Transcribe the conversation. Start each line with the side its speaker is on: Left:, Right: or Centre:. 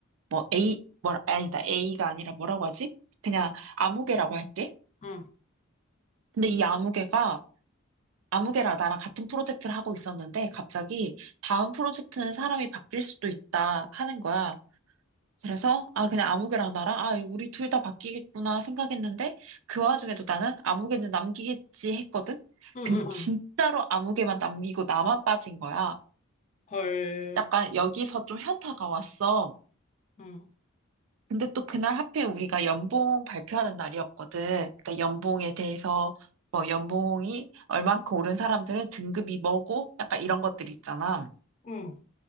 Right: 뭐 A, 뭐, 아, 아니다. A가 아니라 뭐라고 하지? 그냥 아무개라고 할게.
Left: 응, 응,
Right: 근데 이 아무개가, 아무개랑 나랑 같은 프로젝트를 하고 있었는데 갑자기 다음 프로젝트는 사람이 바뀔 수도 있다 하는 거야. 그래서, 아, 그냥 아무개랑 나랑, 아, 우리 둘 다 바뀌겠구나 생각했는데 그 와중에도 나는 아무개는 남기겠지 했거든?
Left: 응,
Right: 근데
Left: 응,
Right: 진짜로 아무개만 남기고 나만 빠진 거야.
Left: 헐,
Right: 약간 여기서 좀 현타가 왔어.
Left: 응.
Right: 근데 또 그날 하필 우리가 연봉 발표하는 날이었거든. 그러니까 연봉에 대해서 뭐 연봉이 얼만큼 오른 사람들은 등급이 뭐고 약간 이런 것들 있잖아.
Left: 응.